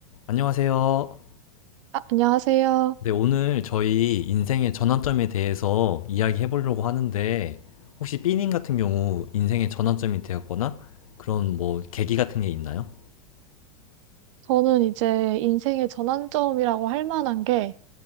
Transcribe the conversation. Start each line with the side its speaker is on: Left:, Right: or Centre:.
Left: 안녕하세요.
Right: 아, 안녕하세요.
Left: 네, 오늘 저희 인생의 전환점에 대해서 이야기해 보려고 하는데, 혹시 삐님 같은 경우 인생의 전환점이 되었거나 그런 뭐 계기 같은 게 있나요?
Right: 저는 이제 인생의 전환점이라고 할 만한 게